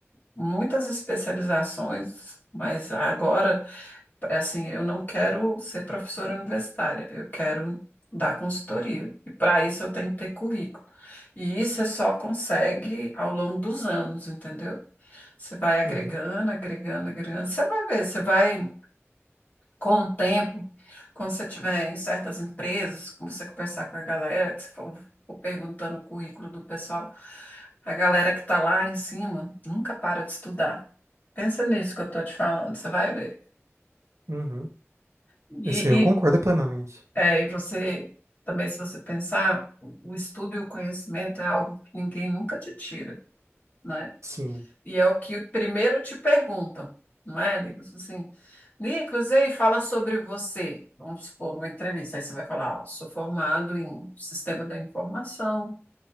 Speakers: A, on the left (about 35°); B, on the right (about 80°).
A: muitas especializações, mas agora. Assim, eu não quero ser professora universitária, eu quero dar consultoria. E para isso eu tenho que ter currículo. E isso você só consegue ao longo dos anos, entendeu? Você vai agregando,
B: uhum,
A: agregando, agregando. Você vai ver, você vai, com o tempo, quando você tiver em certas empresas, quando você conversar com a galera, que você for, for perguntando o currículo do pessoal, a galera que está lá em cima nunca para de estudar. Pensa nisso que eu estou te falando, você vai ver.
B: uhum.
A: E,
B: Isso aí eu concordo plenamente.
A: É, e você também, se você pensar, o estudo e o conhecimento é algo que ninguém nunca te tira, né?
B: Sim.
A: E é o que primeiro te perguntam, não é, Nicolas? Assim, Nicolas, ei, fala sobre você. Vamos supor, numa entrevista, aí você vai falar, ó, sou formado em sistema da informação,